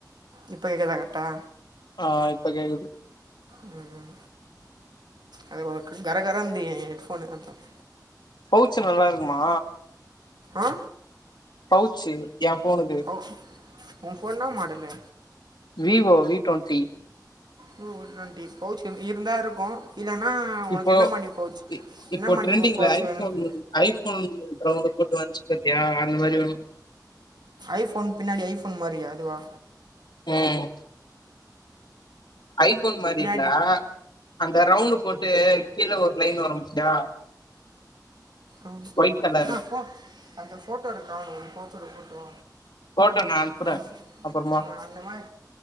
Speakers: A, on the right; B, on the left.
A: இப்ப கேட்குதா கரெக்ட்டா
B: ஆ இப்ப கேக்குது
A: ம் ம் அது கரகரந்து ஏன் ஹெட்ஃபோனு அதான்
B: பவுச் நல்லா இருக்குமா
A: ஆ
B: பவுச்சு ஏன் ஃபோனுக்கு
A: ஒ ஓன் ஃபோன் என்னா model
B: Vivo V twenty
A: Vivo V twenty pouch இருந்தா இருக்கும் இல்லன்னா உனக்கு
B: இப்போ
A: என்ன மாரி பவுச்
B: இ- இப்போ
A: என்ன மாரி
B: ட்ரெண்டிங்ல
A: பவுச்சு
B: ஐஃபோன்
A: வேணும்னு
B: ஐஃபோன் ரவுண்டு போட்டு வந்துச்சு பாத்தியா அந்த மாரி வேணும்
A: ஐஃபோன் பின்னாடி ஐஃபோன் மாரியா அதுவா
B: ம் ஐஃபோன் மாரி
A: பின்னாடி
B: இல்ல அந்த ரவுண்டு் போட்டு கீழே ஒரு லைன் வர பாத்தியா
A: ம்
B: ஒயிட் கலரு
A: அண்ணா போ அந்த ஃபோட்டோ இருக்கானு போச்சோட ஃபோட்டோ
B: ஃபோட்டோ நா அனுப்புறே
A: அஹ
B: அப்பறமா
A: ஆ அந்த மாரி